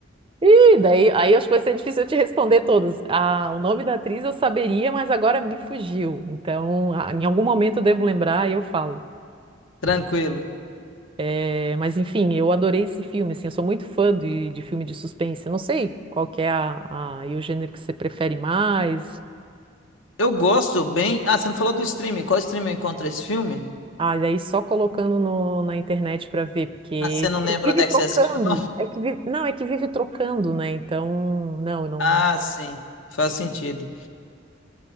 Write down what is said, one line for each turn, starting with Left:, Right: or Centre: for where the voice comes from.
Right: Ih, daí, aí acho que vai ser difícil eu te responder todas. Ah, o nome da atriz eu saberia, mas agora me fugiu. Então, ah, em algum momento eu devo lembrar e eu falo.
Left: Tranquilo.
Right: É, mas enfim, eu adorei esse filme, assim, eu sou muito fã de, de filme de suspense. Eu não sei qual que é a, a- e o gênero que você prefere mais.
Left: Eu gosto bem. Ah, você não falou do streaming. Qual stream eu encontro esse filme?
Right: Ah, e aí só colocando no- na internet pra ver, porque
Left: Ah, você não lembra
Right: vive
Left: onde é
Right: trocando.
Left: que você assistiu, não?
Right: É que vive- não, é que vive trocando, né? Então, não, eu não,
Left: Ah, sim. Faz sentido.